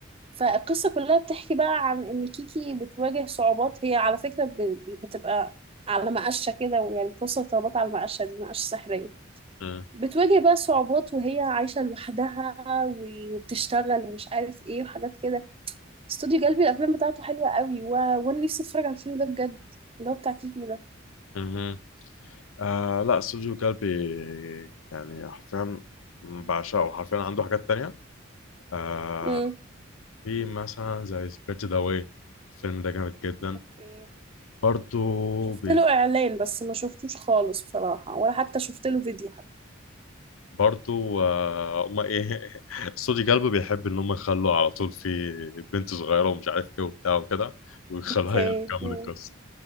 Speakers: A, on the right (about 30°); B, on the left (about 80°).
A: فالقصة كلها بتحكي بقى عن ان كيكي بتواجه صعوبات هي على فكرة ب- ب- بتبقى على مقشة كده ويعني بتوصل الطلبات على المقشة دي مقشة سحرية
B: م-
A: بتواجه بقى صعوبات وهي عايشة لوحدها و- وبتشتغل ومش عارف ايه وحاجات كده استوديو جلبي الافلام بتاعته حلوة قوي و... وانا نفسي اتفرج على الفيلم ده بجد اللي هو بتاع كيكي ده
B: م- آه لا استوديو كلبي يعني حرفيا بعشقه حرفيا عنده حاجات تانية آه
A: امم
B: في مثلا زي سبيرت ذا واي الفيلم ده جامد جدا
A: اوكي
B: برضو
A: شفت
B: بي
A: له اعلان بس ما شفتوش خالص بصراحة ولا حتى شفت له فيديو حتى
B: برضو آه ما ايه <laughs> استوديو كلبي بيحب ان هم يخلوا على طول في بنت صغيرة ومش عارف ايه وبتاع وكده ويخلوها
A: اوكي
B: هي اللي تكمل
A: امم
B: القصة